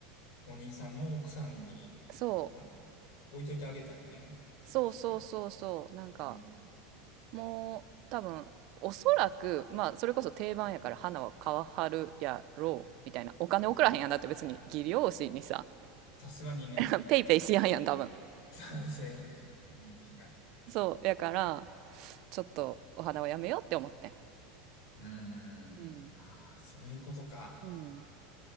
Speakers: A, on the left (about 65°); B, on the right (about 55°).
A: お兄さんの奥さんに、
B: そ
A: あの、置いといてあげたいね。
B: う、そうそうそうそう、
A: 確かに。
B: なんか、
A: うん。
B: もう多分おそらくまあそれこそ定番やから花は買わはるやろうみたいなお金送らへんやんだって別に技量士にさ
A: うん。さすがにね。
B: <laughs> ペイペイしやんやん多分
A: <laughs> せえへんね。うん、しない。
B: そうやからちょっとお花はやめようって思ってん
A: うーん。
B: うん
A: ああ、そういうことか。
B: うん